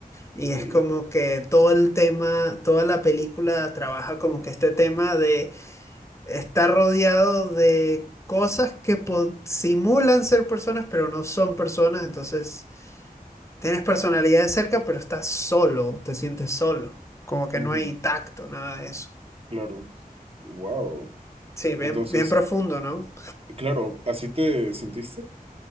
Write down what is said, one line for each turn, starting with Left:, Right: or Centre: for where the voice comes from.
Left: Y
Right: ok.
Left: es como que todo el tema, toda la película trabaja como que este tema de está rodeado de cosas que po- simulan ser personas, pero no son personas. Entonces, tienes personalidad de cerca, pero estás solo, te sientes solo. Como que
Right: Ujú,
Left: no hay tacto, nada de eso.
Right: Claro. Wow.
Left: Sí, bien,
Right: Entonces,
Left: bien profundo, ¿no?
Right: claro, ¿así te sentiste?